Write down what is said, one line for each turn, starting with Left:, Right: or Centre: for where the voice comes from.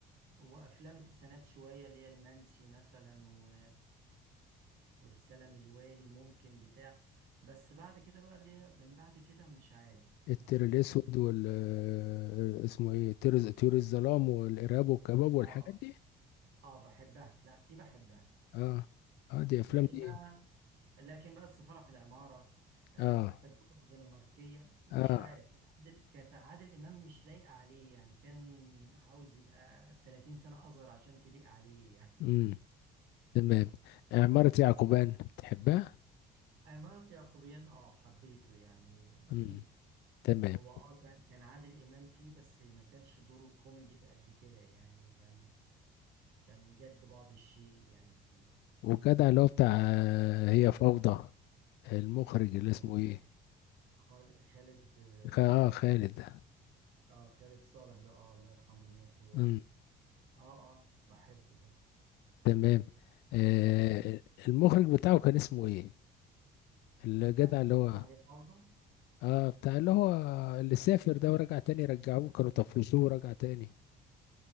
Right: وأفلام التسعينات شوية اللي هي المنسي مثلا و... ورسالة من الوالي ممكن بتاع بس بعد كده بقى اللي هي من بعد كده مش عارف
Left: التير
Right: ما-
Left: الاسود
Right: عادل
Left: وال
Right: إمام
Left: آه، اسمه ايه تير طيور الظلام والارهاب والكباب والحاجات
Right: آه
Left: دي
Right: آه بحبها لا دي بحبها
Left: اه اه دي افلام
Right: لكن
Left: دي
Right: بقى لكن بقى السفارة في العمارة آه،
Left: اه
Right: التجربة الدنماركية مش
Left: اه
Right: عارف كان عادل كانت عادل إمام مش لايقة عليه يعني كان عاوز يبقى 30 سنة أصغر عشان تليق عليه يعني
Left: امم تمام آه، عمارة يعقوبان تحبها
Right: <laughs> عمارة يعقوبيان اه حبيته يعني
Left: امم
Right: جديد
Left: تمام
Right: هو اه كان كان عادل إمام فيه بس ما كانش دوره كوميدي قد كده يعني كان كان جد بعض الشيء يعني فيه
Left: وجدع اللي هو بتاع آه، هي فوضى المخرج اللي اسمه
Right: آه
Left: ايه
Right: خال- خالد اه
Left: خ... اه خالد ده
Right: آه، خالد صالح ده اه الله يرحمه مات هو
Left: امم
Right: اه اه بحبه ده
Left: تمام آه
Right: يعني
Left: المخرج بتاعه كان اسمه ايه الجدع
Right: بتاع الفيلم
Left: اللي هو
Right: بتاع هي فوضى
Left: اه بتاع اللي هو اللي سافر ده ورجع تاني رجعوه كانوا طفشوه ورجع تاني